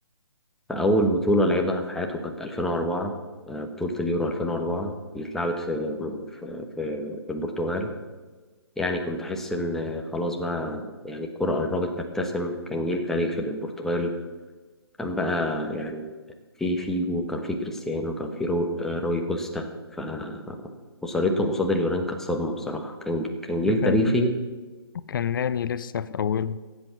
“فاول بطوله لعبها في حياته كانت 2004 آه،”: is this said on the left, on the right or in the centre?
Centre